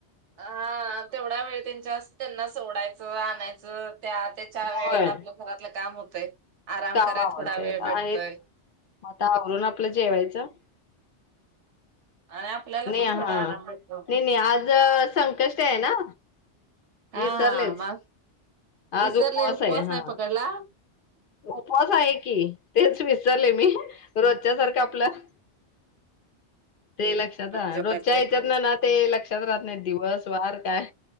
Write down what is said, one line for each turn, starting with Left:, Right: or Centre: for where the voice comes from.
Right: हा तेवढा वेळ त्यांच्या त्यांना सोडायच. च आणायचं त्या त्याच्या
Left: होय.
Right: वेळेत आपलं घरातलं काम होतंय आराम
Left: काम
Right: कराय
Left: आवरतय
Right: थोडा वेळ
Left: आता
Right: भेटतोय.
Left: आहेत. मग आता आवरून आपलं जेवायचं.
Right: आणि आपल्याला
Left: नाही
Right: पण
Left: हां
Right: थोडा आराम भेटतो
Left: नाही नाही आज संकष् टी आहे ना. विसरलेच.
Right: आ मग विसरले,
Left: आज
Right: उपवास
Left: आहे
Right: नाही
Left: हा.
Right: पकडला?
Left: उपवास आहे की. तेच विसरले मी, रोजच्या सारखं आपलं ते लक्षात राह
Right: जेवायचंय
Left: रोजच्या याच्यातनं
Right: म्हणालाय
Left: ना ते लक्षात राहत नाही दिवस, वार काय.